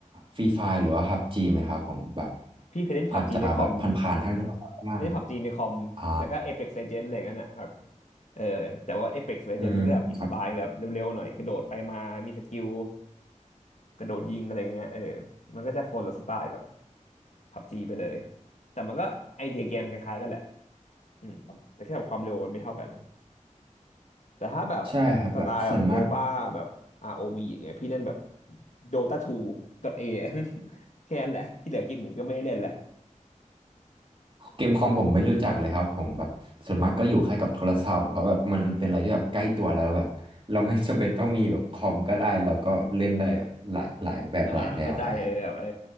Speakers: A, on the right (about 40°); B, on the left (about 65°).
A: ฟรีไฟหรือว่าพับจีไหมครับผมแบบ
B: พี่เคยเล่นพับจีในคอม
A: อาจจะแบบผ่านๆทางโทรศัพท์บ้าง
B: เล่นผับจีในคอมแล้วก็
A: อ่า
B: Apex Legends อะไรกันน่ะแบบเออแต่ว่า Apex Legends
A: อืมครับ
B: มันก็แบบอีกสไตล์แบบเร็วๆหน่อยกระโดดไปมามีสกิลกระโดดยิงอะไรเงี้ยเออมันก็จะคนละสไตล์กับผับจีไปเลยแต่มันก็ไอเดียเกมคล้ายๆกันแหละอืมแต่แค่แบบความเร็วมันไม่เท่ากันแต่ถ้าแบบสไตล์แบบโมบ้าแบบ
A: ใช่ครับแบบส่วนมาก
B: ROV อวีอย่างเงี้ยพี่เล่นแบบ Dota 2 .A <laughs> แค่นั้นแหละที่เหลือกิกเหมือนก็ไม่ได้เล่นละ
A: เกมคอมผมไม่รู้จักเลยครับผมแบบส่วนมากก็อยู่แค่กับโทรศัพท์เพราะแบบมันเป็นอะไรที่แบบใกล้ตัวแล้วแบบเราไม่จำเป็นต้องมีแบบคอมก็ได้เราก็เล่นได้แบบหลายหลายแบบหลายแนวอะไรครับ
B: อ่าเข้าใจเออแบบเออ